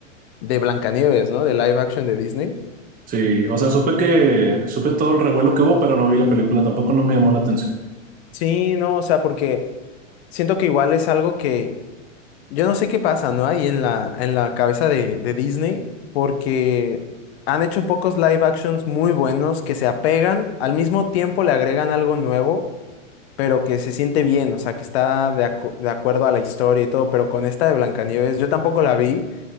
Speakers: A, on the left; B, on the right.
A: de Blancanieves, ¿no? De live action de Disney.
B: Sí, o sea, supe que, supe todo el revuelo que hubo, pero no vi la película, tampoco no me llamó la atención.
A: Sí, no, o sea, porque siento que igual es algo que yo no sé qué pasa, ¿no? Ahí en la, en la cabeza de, de Disney, porque han hecho pocos live actions muy buenos que se apegan, al mismo tiempo le agregan algo nuevo, pero que se siente bien, o sea, que está de, acu- de acuerdo a la historia y todo, pero con esta de Blancanieves, yo tampoco la vi.